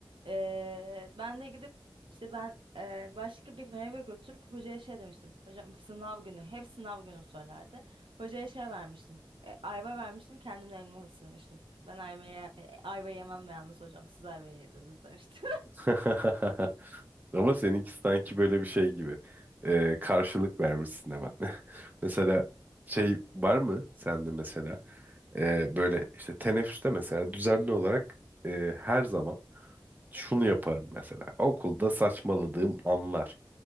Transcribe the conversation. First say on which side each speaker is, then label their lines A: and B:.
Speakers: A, on the right; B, on the right.
A: Ee, ben de gidip işte ben e, başka bir meyve götürüp hocaya şey demiştim. Hocam sınav günü, hep sınav günü söylerdi. Hocaya şey vermiştim. e, ayva vermiştim, kendimle elma ısırmıştım. Ben ayva, ye- e, ayva yemem yalnız hocam. Siz ayva yediniz demiştim.
B: <laughs> Ama seninki sanki böyle bir şey gibi. Ee, karşılık vermişsin hemen. <laughs> Mesela şey var mı sende mesela Ee, böyle işte teneffüste mesela düzenli olarak e, her zaman şunu yaparım mesela. Okulda saçmaladığım anlar.